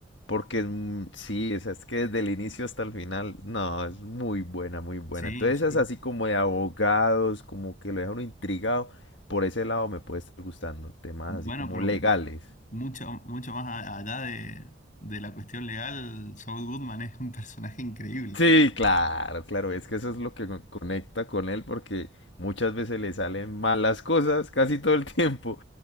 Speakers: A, on the left; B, on the left.
A: porque es mu- sí, esa es que desde el inicio hasta el final, no, es muy buena, muy buena.
B: Sí,
A: Entonces
B: sí.
A: esa es así como de abogados, como que lo deja uno intrigado, por ese lado me puede estar gustando, temas
B: Bueno,
A: así como
B: pero
A: legales.
B: mucho, mucho más a- allá de, de la cuestión legal, Saul Goodman es un personaje increíble.
A: Sí,
B: <laughs>
A: claro, claro, es que eso es lo que co- conecta con él porque muchas veces le salen malas cosas casi todo el tiempo.